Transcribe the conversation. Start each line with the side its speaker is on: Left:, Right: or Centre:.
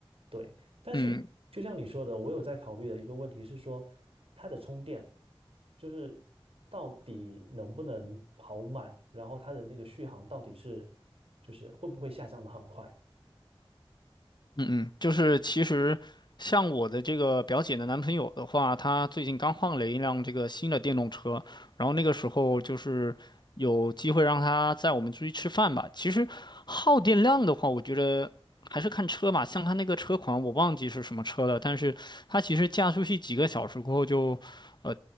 Right: 对，但是就像你说的，
Left: 嗯嗯。
Right: 我有在考虑的一个问题是说，它的充电就是到底能不能跑满，然后它的那个续航到底是就是会不会下降的很快？
Left: 嗯嗯就是其实像我的这个表姐的男朋友的话，他最近刚换了一辆这个新的电动车，然后那个时候就是有机会让他载我们出去吃饭吧。其实耗电量的话，我觉得还是看车吧，像他那个车款我忘记是什么车了，但是他其实驾出去几个小时过后就，呃，